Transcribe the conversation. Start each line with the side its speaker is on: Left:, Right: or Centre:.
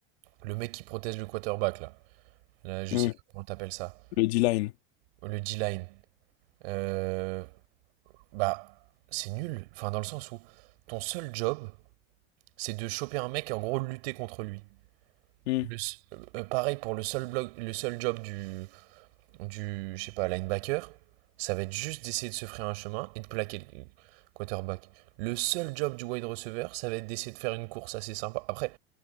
Right: le mec qui protège le quarterback là. Là, je
Left: Mm.
Right: sais pas comment t'appelles ça,
Left: Le D-line.
Right: le D-line. Euh, bah, c'est nul. Enfin, dans le sens où ton seul job, c'est de choper un mec et en gros lutter contre lui.
Left: Mm.
Right: Le s- euh, pareil pour le seul blog, le seul job du du, je sais pas, linebacker, ça va être juste d'essayer de se frayer un chemin et de plaquer le quarterback. Le seul job du wide receiver, ça va être d'essayer de faire une course assez sympa. Après,